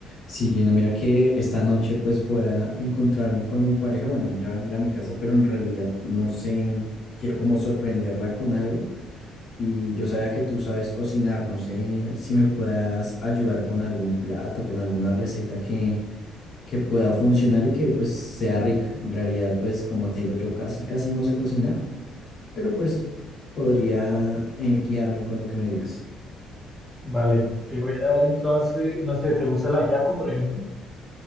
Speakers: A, on the left; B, in the centre.
A: Sí, Gina, mira que esta noche pues voy a encontrarme con mi pareja. Bueno, ella va a venir a mi casa, pero en realidad no sé, quiero como sorprenderla con algo. Y yo sabía que tú sabes cocinar, no sé si me puedas ayudar con algún plato, con alguna receta que, que pueda funcionar y que pues sea rica. En realidad pues como te digo, yo casi casi no sé cocinar, pero pues podría eh, guiarme con lo que me digas.
B: Vale, te voy a dar entonces, no sé, ¿te gusta el ajiaco, por ejemplo?